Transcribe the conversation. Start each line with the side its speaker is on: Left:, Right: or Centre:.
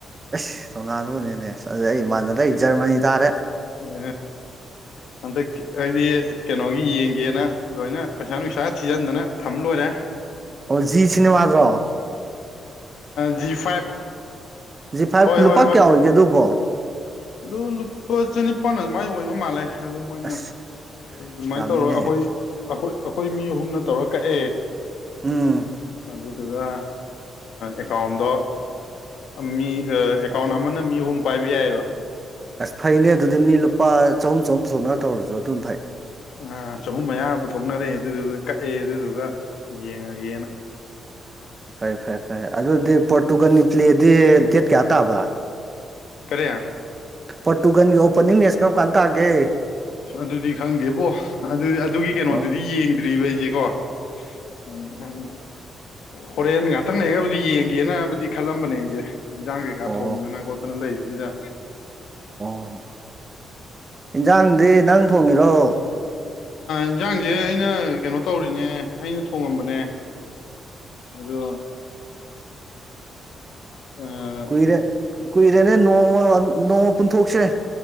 Right: ꯑꯦꯁ ꯇꯣꯅꯥꯗꯨꯣꯅꯦꯅꯦ ꯑꯁ ꯑꯩ ꯏꯃꯥꯟꯅꯔꯦ ꯑꯩ ꯖꯔꯃꯅꯤ ꯇꯥꯔꯦ
Left: ꯎ ꯑꯗ ꯑꯩꯗꯤ ꯀꯩꯅꯣꯒꯤ ꯌꯦꯡꯒꯦꯅ ꯂꯣꯏꯅ ꯄꯩꯁꯥ ꯅꯨꯡꯁꯥ ꯊꯤꯖꯤꯟꯗꯅ ꯊꯝ ꯂꯣꯏꯔꯦ
Right: ꯑꯣ ꯖꯤ ꯁꯤꯅꯦꯃꯒꯣ
Left: ꯖꯤ ꯐꯥꯏꯚ
Right: ꯁꯤ ꯐꯥꯏꯚ
Left: ꯍꯣꯏ
Right: ꯂꯨꯄꯥ
Left: ꯍꯣꯏ ꯍꯣꯏ
Right: ꯀꯌꯥ ꯑꯣꯏꯒꯦ ꯑꯗꯨꯕꯣ
Left: ꯑꯗꯨ ꯂꯨꯄꯥ ꯆꯅꯤꯄꯥꯟ ꯑꯗꯨꯃꯥꯏꯅ ꯑꯣꯏꯕ ꯃꯥꯜꯂꯦ ꯑꯗꯨ ꯃꯣꯏꯅ
Right: ꯑꯁ
Left: ꯑꯗꯨꯃꯥꯏꯅ
Right: ꯌꯥꯝꯃꯤꯅꯦ
Left: ꯇꯧꯔꯒ ꯑꯩꯈꯣꯏ ꯑꯩꯈꯣꯏ ꯑꯩꯈꯣꯏ ꯃꯤ ꯑꯍꯨꯝꯅ ꯇꯧꯔ ꯀꯛꯑꯦ
Right: ꯎꯝ
Left: ꯑꯗꯨꯗꯨꯒ ꯑꯦꯀꯥꯎꯟꯗꯣ ꯃꯤ ꯑꯦꯀꯥꯎꯟ ꯑꯃꯅ ꯃꯤ ꯑꯍꯨꯝ ꯄꯥꯏꯕ ꯌꯥꯏꯌꯦꯕ
Right: ꯑꯁ ꯐꯩꯅꯦ ꯑꯗꯨꯗꯤ ꯃꯤ ꯂꯨꯄꯥ ꯆꯍꯨꯝ ꯆꯍꯨꯝ ꯄꯨꯊꯣꯛꯅꯕ ꯇꯧꯔꯁꯨ ꯑꯗꯨꯝ ꯐꯩ
Left: ꯑ ꯆꯍꯨꯝ ꯃꯌꯥ ꯄꯨꯊꯣꯛꯅꯔꯦ ꯑꯗꯨꯗꯨꯒ ꯀꯛꯑꯦ ꯑꯗꯨꯗꯨꯒ ꯌꯦꯡꯉꯒꯦꯅ
Right: ꯐꯔ ꯐꯔꯦ ꯐꯔꯩ ꯑꯗꯨꯗꯤ ꯄꯣꯔꯇꯨꯒꯜ ꯄ꯭ꯂꯦꯗꯤ ꯗꯦꯠ ꯀꯌꯥ ꯇꯥꯕ
Left: ꯀꯔꯤ
Right: ꯄꯣ ꯇꯨꯒꯟꯒꯤ ꯑꯣꯄꯅꯤꯡ ꯃꯦꯁ ꯀꯔꯝ ꯀꯥꯟ ꯇꯥꯑꯒꯦ
Left: ꯑ ꯑꯗꯨꯗꯤ ꯈꯪꯗꯦꯕꯣ ꯑꯗꯨ ꯑꯗꯨꯒꯤ
Right: ꯑꯣ
Left: ꯀꯩꯅꯣꯗꯨꯗꯤ ꯌꯦꯡꯗ꯭ꯔꯤꯕ ꯑꯩꯁꯦꯀꯣ ꯎꯝ ꯍꯥꯏ ꯍꯣꯔꯦꯟ ꯉꯥꯛꯇꯪ ꯂꯩꯒꯕꯨꯗꯤ ꯌꯦꯡꯒꯦꯅꯕꯨꯗꯤ ꯈꯜꯂꯝꯕꯅꯦ ꯑꯩꯁꯦ ꯏꯟꯁꯥꯡ ꯀꯩꯀꯥ
Right: ꯑꯣ
Left: ꯊꯣꯡꯗꯅ ꯈꯣꯠꯇꯅ ꯂꯩꯕꯁꯤꯗ
Right: ꯑꯣ ꯏꯟꯖꯥꯡꯗꯤ ꯅꯪ ꯊꯣꯡꯉꯤꯔꯣ
Left: ꯏꯟꯁꯥꯡꯁꯦ ꯑꯩꯅ ꯀꯩꯅꯣ ꯇꯧꯔꯤꯅꯦ ꯑꯩꯅ ꯊꯣꯡꯉꯝꯕꯅꯦ ꯑꯗꯨꯒ ꯑ
Right: ꯀꯨꯏꯔꯦ ꯀꯨꯏꯔꯦꯅꯦ ꯅꯣꯡꯃ ꯅꯣꯡꯃ ꯄꯨꯟꯊꯣꯛꯁ꯭ꯔꯦ